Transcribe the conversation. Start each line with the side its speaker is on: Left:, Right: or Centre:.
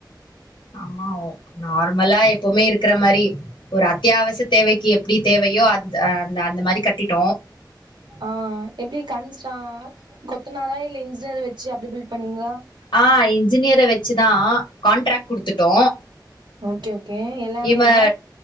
Left: ஆமா ஓ நார்மலா எப்பவுமே இருக்கற மாரி ஒரு அத்தியாவசிய தேவைக்கு எப்டி தேவையோ அ அந்த அந்த மாரி கட்டிட்டோ
Right: ஆ எப்டி கன்ஸ கொத்துநாரா இல்ல இன்ஜினியர் வச்சு அப்டி பில்ட் பண்ணீங்ளா
Left: ஆ இன்ஜினியர வச்சுதா கான்ட்ராக்ட் குடுத்துட்டோ
Right: ஓகே ஓகே எல்லாமே
Left: இவ
Right: வா